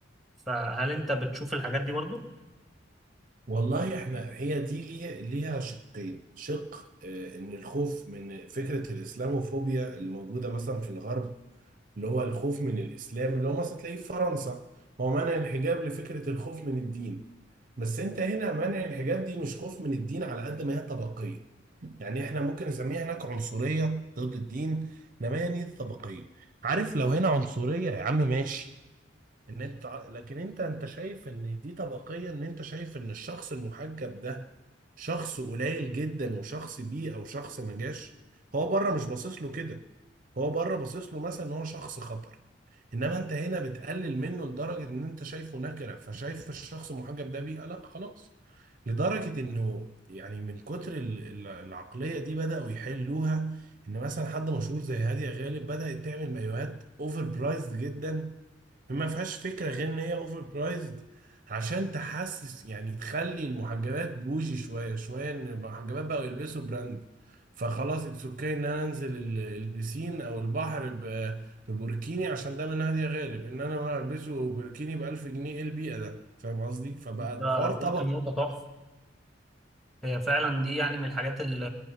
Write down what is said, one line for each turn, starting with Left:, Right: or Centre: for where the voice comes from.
Centre: فهل انت بتشوف الحاجات دي برضو
Right: والله احنا هي دي ليها ليها شقين شق آه، ان الخوف من فكرة الاسلاموفوبيا اللي موجودة مثلا في الغرب اللي هو الخوف من الاسلام اللي هو مثلا تلاقيه في فرنسا هو منع الحجاب لفكرة الخوف من الدين بس انت هنا منع الحجاب دي مش خوف من الدين على قد ما هي طبقية يعني احنا ممكن نسميها هناك عنصرية ضد الدين انما هي دي طبقية عارف لو هنا عنصرية يا عم ماشي ان انت ع- لكن انت انت شايف ان دي طبقية ان انت شايف ان الشخص المحجب ده شخص قليل جدا وشخص بيه او شخص ما جاش هو بره مش باصص له كده هو بره باصص له مثلا ان هو شخص خطر انما انت هنا بتقلل منه لدرجة ان انت شايفه نكرة فشايف الشخص المحجب ده بيه لا خلاص لدرجة انه يعني من كتر ال- ال- العقلية دي بدأوا يحلوها ان مثلا حد مشهور زي هادية غالب بدأت تعمل مايوهات اوفر برايزد جدا ما فيهاش فكرة غير ان هي اوفر برايزد عشان تحسس يعني تخلي المحجبات بوجي شوية شوية ان المحجبات بقوا يلبسوا براند فخلاص اتس اوكي ان انا انزل ال- البسين او البحر ب- ببوركيني عشان ده منهج يا غالب ان انا البسه بوركيني ب 1000 جنيه ايه البيئة ده فاهم قصدي فبقى
Centre: انت
Right: الحوار طبقي
Centre: قلت نقطه هي فعلا دي يعني من الحاجات ال-